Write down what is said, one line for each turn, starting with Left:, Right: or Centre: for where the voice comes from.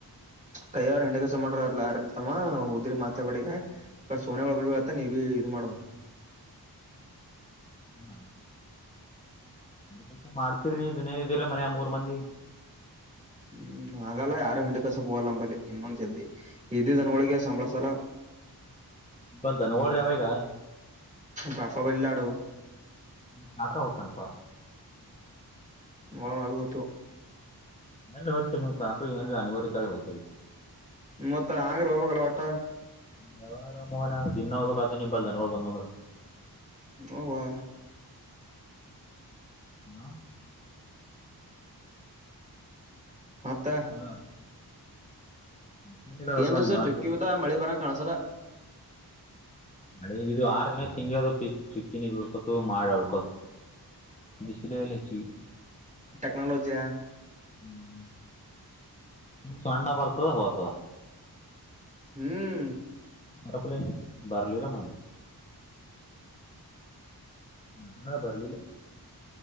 Right: ಕೈಯವಾರ ಹೆಂಡೆ ಕೆಲಸ ಮಾಡೋರ್ ಯಾರ್ ಇಲ್ಲ ತಮ್ಮ ಹುದ್ರಿ ಮಾತಾಡ್ ಬೇಡ ಇಗ ಸೋನ ಒಳತ್ತ ನೀ ಬಿಿ ಮಾಡೋ
Left: ಹಾ ಅದಸ ಮಾಡ್ತೀರಿ ನೀ ದುನಿಯ ಇದ್ದೀರಿ ಮನ್ಯ ಮೂರ್ ಮಂದಿ
Right: ಹ್ಮ್ ಹಾಗಲ್ಲ ಯಾರ ಹಂಡಿ ಕಸಕ್ ಹುವಲ್ಲಂಬಲ್ಲಿ ನಿಮಂಗ ಜಲ್ದಿ ಇದ ದನಗಳಗೆ ಸಂಬಳಸಲ್ಲ
Left: ಭ ಧನಗೋಲ್ ಅವ ಈಗ
Right: ಕಾಕ ಬ ಲಾಡು
Left: ನಿಮ ಕಾಕ ಹೊತನಪಾ
Right: <inaudible>
Left: ಎಲ್ಲ ಹೋತಿರಿ ನೀಮ್ ಕಾಕ್ ಏನ್ರಿ ಅನವಾರ ಇದ್ದಾಳೆ ಹದ್ತರಿ
Right: ಮೊತ್ತ ಆಗರು ಹೊಗ ಬೇಕಲ ವಟ
Left: ಯಾವಾರ ಮನ ದಿನ ಹೋಗಬೇಕತ ನಿ ಬಲ್ ದನ ಬಂದ್ ಅಂದ್ರರು
Right: ಓ ವಾ
Left: ಹಾ
Right: ಮತ್ತ
Left: ಅಲ್ಲ ಮತ್ತೇನಿಲ್ಲ ನೋಡಪ್ಪ
Right: ಏನ್ ದಸ
Left: ನಿವಾಂತ
Right: ಚುಕ್ಕುದ ಮಳಿ ಬರ ಕಾಣಸಲ್ಲ
Left: ಮಳೆ ಇದು ಆರು ದಿನ ತಿಂಗಿ ಅದಪ್ಪಿ ಚುಕ್ಕಿನಿ ಬಳ್ಕೊತು ಮಾಡ ಉಳ್ಕೊತ ಬಿಸಿಲಲ್ಲ ಹೆಚ್ಚು
Right: ಟೆಕ್ನಾಲಜಿಯಾ
Left: ಹ್ಮ್ ಸು ಸಣ್ಣ ಬರ್ತದ ಹೋತದ
Right: ಹ್ಮ್
Left: ಮರಪಲೆನೆ ಬರ್ಲಿಲ್ಲ ಮಟ ಮದಾನ ಬರಲಿಲ್ಲ